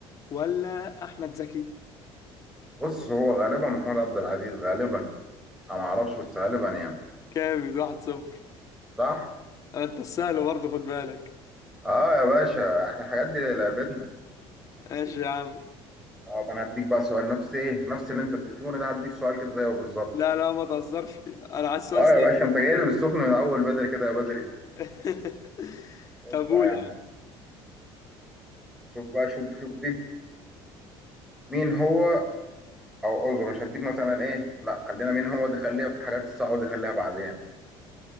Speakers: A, on the left; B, in the centre.
A: ولا احمد زكي
B: بص هو غالبا محمود عبد العزيز غالبا انا ما اعرفش بس غالبا يعني
A: كامل واحد صفر
B: صح؟
A: انت السهل برضه خد بالك
B: اه يا باشا احنا الحاجات دي لعبتنا
A: ماشي يا عم
B: طب انا هديك بقى سؤال نفس ايه؟ نفس اللي انت اديتوني ده هديك سؤال كده زيه بالظبط
A: لا
B: بقى
A: لا ما تهزرش انا عايز سؤال
B: اه
A: سهل
B: يا باشا انت جاي لي بالسخن من اول بدري كده يا بدري
A: <laughs>
B: خد
A: طب قول
B: بقى يا عم
A: يا
B: شوف بقى شوف شوف دي مين هو او اعذر مش هديك مثلا ايه لا خلينا مين هو دي خليها في الحاجات الصعبه دي خليها بعدين